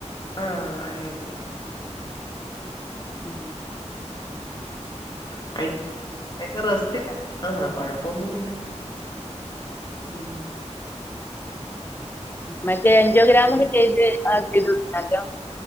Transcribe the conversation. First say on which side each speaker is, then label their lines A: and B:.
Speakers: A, on the left; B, on the left.
A: ആഹ് ആയേ ഉള്ളൂ.
B: ഉം
A: <unintelligible> അയ്ൻ്റെ റെസ്റ്റിലാ ആഹ് കൊഴപ്പൊന്നൂല്ല ഉം
B: മറ്റേ എഞ്ചോ ഗ്രാമൊക്കെ ചെയ്ത് അത് ചെയ്തോക്കീന്നോ ആദ്യം